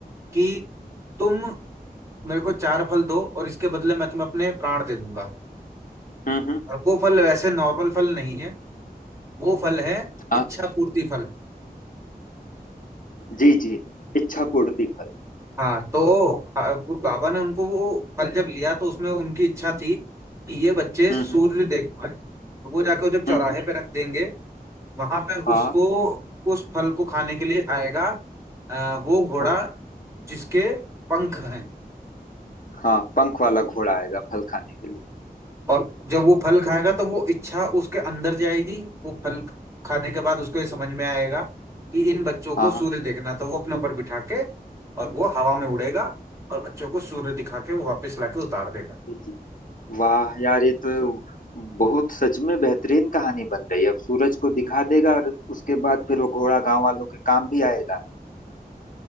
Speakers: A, on the right; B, on the left.
A: कि तुम मेरे को चार फल दो और इसके बदले मैं तुम्हें अपने प्राण दे दूंगा
B: हम्म हम्म
A: और वो फल वैसे नॉर्मल फल नहीं है वो फल है
B: हाँ
A: इच्छा पूर्ति फल
B: जी जी इच्छा पूर्ति फल
A: हाँ तो आ, वो बाबा ने उनको वो फल जब लिया तो उसमें उनकी इच्छा थी कि ये बच्चे सूर्य
B: हम्म हम्म
A: देख पाए तो वो जाकर जब चौराहे
B: हम्म, हम्म,
A: पे रख देंगे वहां पे
B: हाँ
A: उसको उस फल को खाने के लिए आएगा आ, वो घोड़ा
B: हाँ
A: जिसके पंख हैं
B: हाँ पंख वाला घोड़ा आएगा फल खाने के लिए
A: और जब वो फल खाएगा तो वो इच्छा उसके अंदर जाएगी वो फल खाने के बाद उसको ये समझ में आएगा कि इन बच्चों को
B: हाँ
A: सूर्य
B: हाँ
A: देखना तो वो अपने ऊपर बिठा के और वो हवा में उड़ेगा और बच्चों को सूर्य दिखा के वो वापस लाके उतार देगा
B: जी जी। वाह यार ये तो बहुत सच में बेहतरीन कहानी बन रही है अब सूरज को दिखा देगा और उसके बाद फिर वो घोड़ा गांव वालों के काम भी आएगा